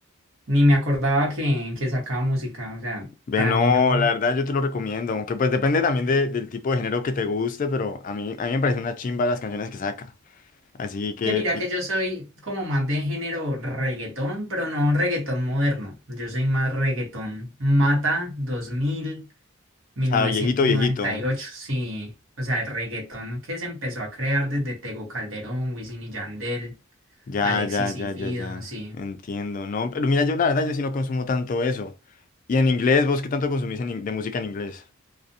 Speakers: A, on the right (about 70°); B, on the left (about 40°).
A: Ni me acordaba que, que sacaba música, o sea,
B: Ve,
A: para
B: no,
A: mí no.
B: la verdad yo te lo recomiendo, aunque pues depende también de- del tipo de género que te guste, pero a mí, a mí me parece una chimba las canciones que saca. Así que,
A: Que mira
B: ti-
A: que yo soy como más de género reggaetón, pero no reggaetón moderno. Yo soy más reggaetón Mata dos mil mil
B: o sea,
A: novecientos
B: viejito, viejito.
A: noventa y ocho sí. O sea, el reggaetón que se empezó a crear desde Tego Calderón, Wisin y Yandel,
B: Ya,
A: Alexis
B: ya,
A: y
B: ya,
A: Fido,
B: ya, ya.
A: sí.
B: Entiendo, ¿no? Pero mira, yo la verdad yo sí no consumo tanto eso. Y en inglés, ¿vos qué tanto consumís en in- de música en inglés?